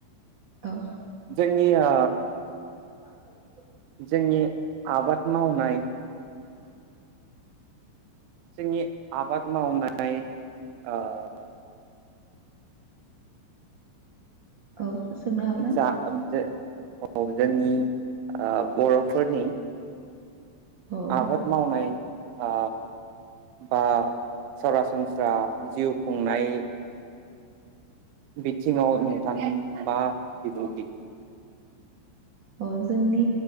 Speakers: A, on the right (about 60°); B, on the right (about 75°).
A: औ।
B: जोंनि ओ
A: <inaudible>
B: जोंनि आबाद मावनाय जोंनि आबाद मावनाय ओ
A: औ। सोंनो हागोन
B: जा जाे औ जोंनि ओ बर'फोरनि
A: औ औ
B: आबाद मावनाय आ बा सरासनस जा जिउ खुंनाय। बिथिङाव नोंथां मा बिबुंथि।
A: औ जोंनि